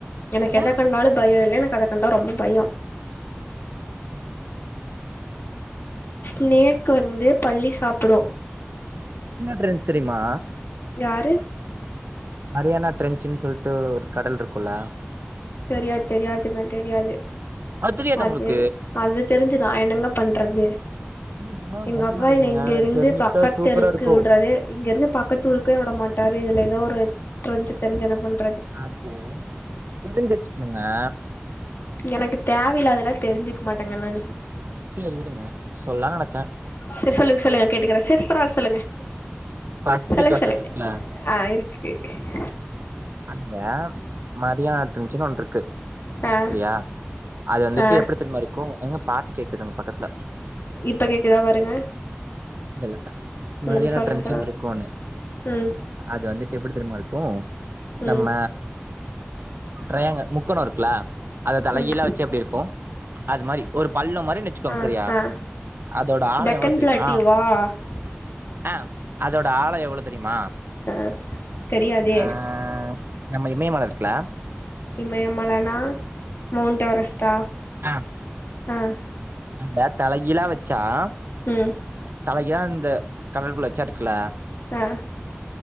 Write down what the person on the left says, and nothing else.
எனக்கு
எத கண்டாலு பயோ இல்ல என கத கண்டா ரொம்ப பயோ
ஸ்னேப் க்கு வந்து பள்ளி சாப்டு
யாரு
தெரியாது தெரியாதுங்க தெரியாது
அது
அது தெரிஞ்சு நா என்னங்க பண்றது
எங்க
அப்பா
என்ன இங்க இருந்து
பக்கத்து
தெருக்கு
விடுறதே இங்க இருந்து பக்கத்து ஊருக்கே விட மாட்டாரு இதுல ஏதோ எத்தெஞ்சு தெரிஞ்சன பண்றது
எனக்கு தேவையில்லாதெ ல்லா தெரிஞ்சுக்க மாட்டேங்க நானு
சரி சொல்லுங்க சொல்லுங்க கேட்டுக்கறே சரி பரவால சொல்லுங்க
செலுங்க
செலுங்க
ஆ இருக்கு கே
ஆ
ஆ
இப்ப கேக்குதா பாருங்க
ம் சொல்லுங்க
சொல்லுங்க
ம்
ம்
ம்
ஆ
ஆ
டெக்கன்
பிளாட்டியூவா ஆ
ஆ தெரியாதே
இமயமலனா மௌண்ட் எவரெஸ்டா
ஆஹ
ம்
அஹ்